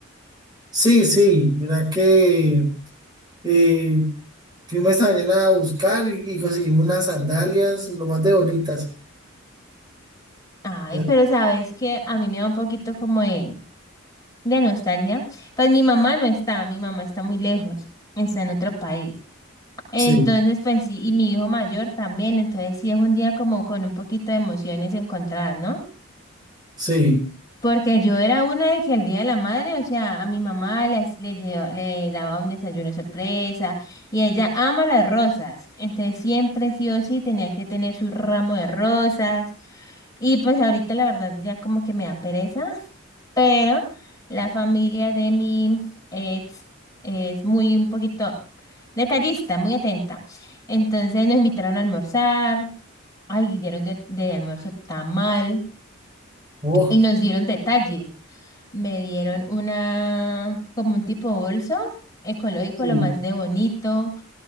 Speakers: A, on the right; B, on the left.
A: Sí, sí, mira que eh, fuimos esta mañana a buscar y, y conseguimos unas sandalias, lo más de bonitas.
B: Ay,
A: Ya-
B: pero sabes que a mí me da un poquito como de, de nostalgia. Pues mi mamá no está, mi mamá está muy lejos, está en otro país. Entonces,
A: Sí,
B: pues sí, y mi hijo mayor también. Entonces sí es un día como con un poquito de emociones encontradas, ¿no?
A: sí.
B: Porque yo era una de que el Día de la Madre, o sea, a mi mamá le, hac- le, lleva- le daba un desayuno sorpresa y ella ama las rosas. Entonces siempre sí o sí tenía que tener su ramo de rosas. Y pues ahorita la verdad ya como que me da pereza, pero la familia de mi ex es muy un poquito detallista, muy atenta. Entonces nos invitaron a almorzar. Ay, dieron de, de almuerzo tamal
A: Oh,
B: y nos dieron detalles. Me dieron una, como un tipo bolso ecológico,
A: sí,
B: lo más de bonito,